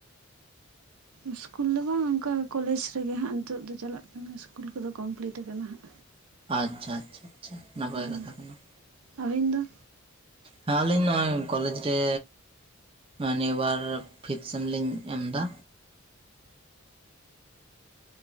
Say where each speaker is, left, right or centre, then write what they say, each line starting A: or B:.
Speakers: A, on the right (about 80°); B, on the right (about 25°).
A: ᱤᱥᱠᱩᱞ ᱫᱚ ᱵᱟᱝ ᱚᱱᱠᱟ ᱠᱚᱞᱮᱡᱽ ᱨᱮᱜᱮ ᱦᱟᱸᱜ ᱱᱤᱛᱚᱜ ᱫᱚ ᱪᱟᱞᱟᱜ ᱠᱟᱱᱟ ᱤᱥᱠᱩᱞ ᱠᱚᱫᱚ ᱠᱚᱢᱯᱞᱤᱴ ᱟᱠᱟᱱᱟ ᱦᱟᱸᱜ
B: ᱟᱪᱪᱷᱟ ᱟᱪᱷᱟᱷᱟ ᱱᱟᱯᱟᱭ
A: ᱦᱳᱭ
B: ᱠᱟᱛᱷᱟ ᱠᱟᱱᱟ
A: ᱟᱹᱵᱤᱱ ᱫᱚ
B: ᱦᱮᱸ ᱟᱹᱞᱤᱧ ᱱᱚᱜᱼᱚᱭ ᱠᱚᱞᱮᱡᱽ ᱨᱮ ᱢᱟᱱᱮ ᱵᱟᱨ ᱯᱷᱤᱥ ᱥᱮᱢ ᱞᱤᱧ ᱮᱢ ᱮᱫᱟ